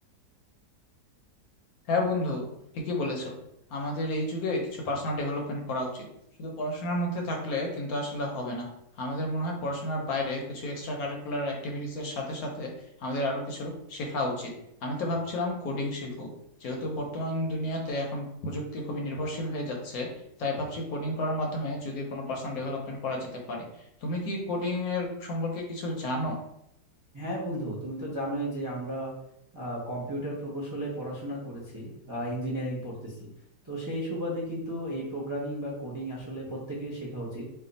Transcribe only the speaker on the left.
হ্যাঁ বন্ধু ঠিকই বলেছো আমাদের এই যুগে কিছু পার্সোনাল ডেভেলপমেন্ট করা উচিত শুধু পড়াশোনার মধ্যে থাকলে কিন্তু আসলে হবে না আমাদের মনে হয় পড়াশোনার বাইরে কিছু এক্সট্রা কারিকুলার অ্যাক্টিভিটিস এর সাথে সাথে আমাদের আরো কিছু শেখা উচিত আমি তো ভাবছিলাম কোডিং শিখবো যেহেতু বর্তমান দুনিয়াতে এখন প্রযুক্তি খুবই নির্ভরশীল হয়ে যাচ্ছে তাই ভাবছি কোডিং করার মাধ্যমে যদি কোনো পার্সোনাল ডেভেলপমেন্ট করা যেতে পারে তুমি কি কোডিং এর সম্পর্কে কিছু জানো